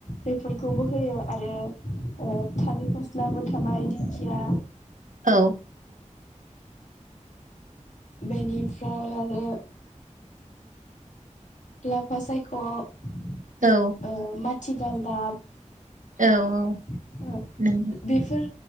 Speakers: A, on the left; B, on the right.
A: बेफोरखौबो होयो आरो थालिर फस्लाबो थाबाय खिया
B: औ
A: बेनिफ्राय आरो लाफा सायख' ओ
B: औ
A: मा थिगालदाब
B: औ औ
A: <unintelligible>
B: नंगौ
A: बेफोर